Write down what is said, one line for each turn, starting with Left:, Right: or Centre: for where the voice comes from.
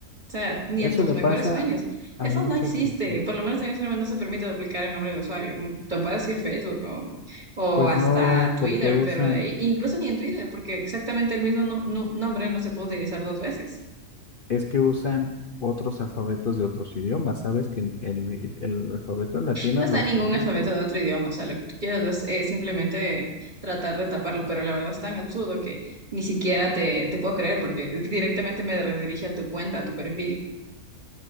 Right: sea, ni
Left: Eso
Right: en tus
Left: le
Right: mejores
Left: pasa
Right: sueños,
Left: a
Right: eso
Left: muchas
Right: no existe,
Left: personas.
Right: por lo menos en Instagram no se permite duplicar el nombre de usuario, te puedes decir Facebook o, o
Left: Pues
Right: hasta
Left: no,
Right: Twitter,
Left: porque usan,
Right: pero de ahí, incluso ni en Twitter, porque exactamente el mismo no- no- nombre no se puede utilizar dos veces.
Left: es que usan otros alfabetos de otros idiomas. Sabes que el, el- el alfabeto latino
Right: No está
Left: no es
Right: ningún
Left: el único.
Right: alfabeto de otro idioma, o sea, lo que tú quieras es, eh, simplemente tratar de taparlo, pero la verdad es tan absurdo que ni siquiera te, te puedo creer porque directamente me redirige a tu cuenta, a tu perfil.